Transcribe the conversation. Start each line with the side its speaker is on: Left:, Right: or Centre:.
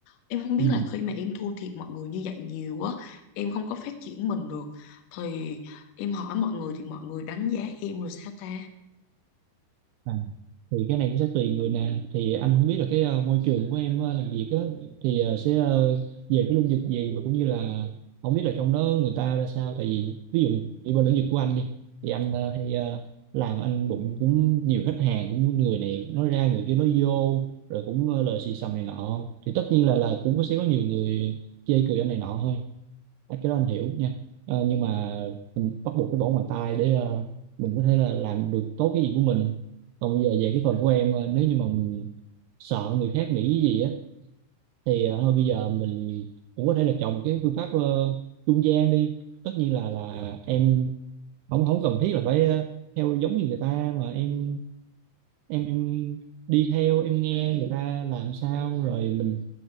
Left: em không biết
Right: ừ.
Left: là khi mà em thua thiệt mọi người như vậy nhiều á em không có phát triển mình được thì em hỏi mọi người thì mọi người đánh giá em rồi sao ta
Right: ừ. thì cái này cũng sẽ tùy người nè thì anh không biết là cái ờ, môi trường của em ờ, làm việc á thì ờ, sẽ ờ, về cái lĩnh vực gì và cũng như là không biết là trong đó người ta ra sao tại vì ví dụ như bên lĩnh vực của anh đi thì anh ờ, hay ờ, làm anh đụng cũng nhiều khách hàng cũng người này nói ra người kia nói vô rồi cũng ờ, lời xì xầm này nọ thì tất nhiên là là cũng có sẽ có nhiều người chê cười anh này nọ thôi À, cái đó anh hiểu nha Ờ, nhưng mà mình bắt buộc phải bỏ ngoài tai để ờ, mình có thể là làm được tốt cái gì của mình còn bây giờ về cái phần của em ờ, nếu như mà mình sợ người khác nghĩ cái gì á thì ờ, thôi bây giờ mình cũng có thể là chọn một cái phương pháp ờ, trung gian đi tất nhiên là là em không không cần thiết là phải ờ, theo giống như người ta mà em em em đi theo em nghe người ta làm sao rồi mình